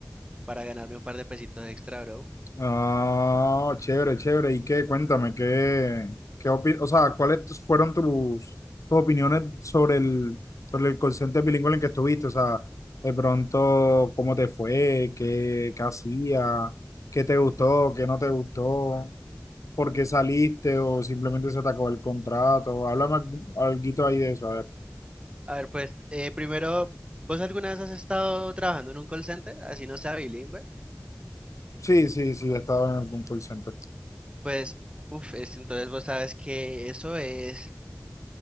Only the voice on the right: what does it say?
para ganarme un par de pesitos extra, bro.
A ver, pues eh, primero, ¿vos alguna vez has estado trabajando en un call center, así no sea bilingüe?
Pues, uff, entonces vos sabes que eso es